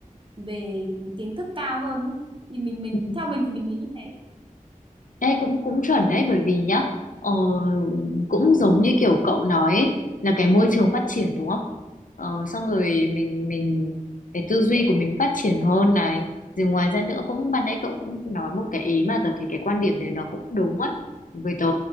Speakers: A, on the right (about 35°); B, on the left (about 70°).
A: về kiến thức cao hơn ấy thì mình mình
B: ừ.
A: theo mình thì mình nghĩ như thế
B: Đây cũng cũng chuẩn đấy bởi vì nhá ờ, cũng giống như kiểu cậu nói ấy, là cái môi trường phát triển đúng không? Ờ, xong rồi mình mình cái tư duy của mình phát triển hơn này rồi ngoài ra nữa cũng ban nãy cậu cũng nói một cái ý mà tớ thấy cái quan điểm đấy nó cũng đúng á với tớ